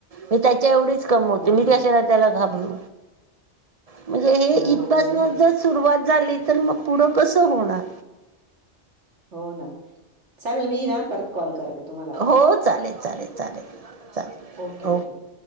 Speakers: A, on the right; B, on the right.
A: मी त्याच्या एवढी च कमावते
B: हो
A: मी
B: ना.
A: कशाला त्याला घाबरू म्हणजे हे
B: हो,
A: इतकं
B: बरोबर
A: असं
B: आहे.
A: ज सुरुवात झाली तर मग पुढं कसं होणार.
B: हो ना चालेल मी ना परत कॉल करते तुम्हाला आता
A: हो चालेल चालेल चालेल चालेल
B: ओके ओके.